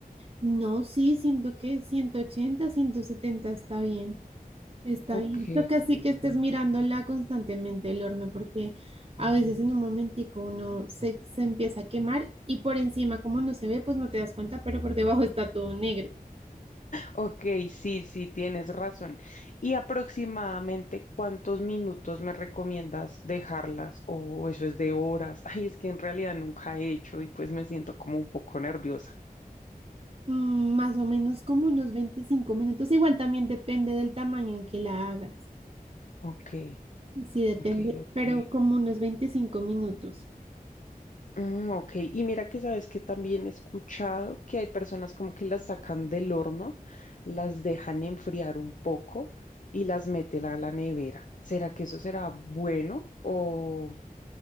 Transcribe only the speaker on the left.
Ok,
ok, sí, sí, tienes razón. ¿Y aproximadamente cuántos minutos me recomiendas dejarlas? O eso es de horas. <laughs> Ay, es que en realidad nunca he hecho y pues me siento como un poco nerviosa.
Ok,
ok, ok.
Mm, ok, y mira que sabes que también he escuchado que hay personas como que las sacan del horno, las dejan enfriar un poco y las meten a la nevera. ¿Será que eso será bueno o,